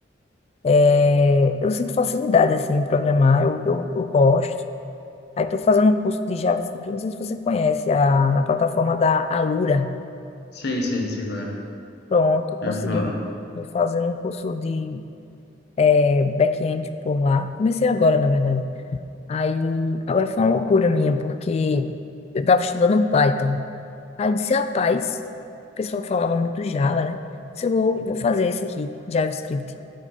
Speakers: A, on the left; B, on the left.
A: É, eu sinto facilidade, assim, em programar. Eu, eu, eu gosto. Aí estou fazendo um curso de JavaScript. Não sei se você conhece, a, na plataforma da Alura.
B: Sei, sei, sei qual é.
A: Pronto, consegui
B: Eu falo.
A: um, tô fazendo um curso de eh, back-end por lá. Comecei agora, na verdade. Aí, agora foi uma loucura minha, porque eu tava estudando Python. Aí eu disse, rapaz, o pessoal falava muito Java, né? Disse, eu vou, vou fazer esse aqui, JavaScript.